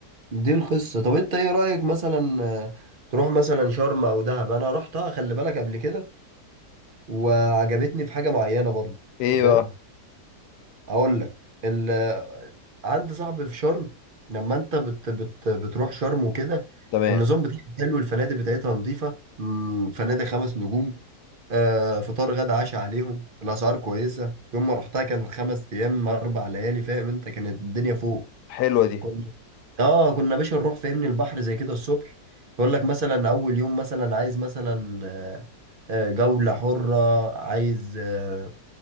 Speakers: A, on the right; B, on the left.
A: دي القصة طب انت ايه رأيك مثلا آه، تروح مثلا شرم او دهب انا رحتها خلي بالك قبل كده وعجبتني في حاجة معينة برضو
B: ايه
A: انت فاهم
B: بقى
A: اقول لك ال... آه، عندي صاحبي في شرم لما انت بت... بت... بتروح شرم وكده
B: تمام
A: النظام بتاعها حلو الفنادق بتاعتها نظيفة مم، فنادق خمس نجوم آه فطار غدا عشاء عليهم الاسعار كويسة يوم ما رحتها كانت خمس ايام اربع ليالي فاهم انت كانت الدنيا فوق
B: حلوه دي
A: كنا اه كنا يا باشا نروح فاهمني البحر زي كده الصبح يقول لك مثلا اول يوم مثلا عايز مثلا آه، آه، جولة حرة عايز آه،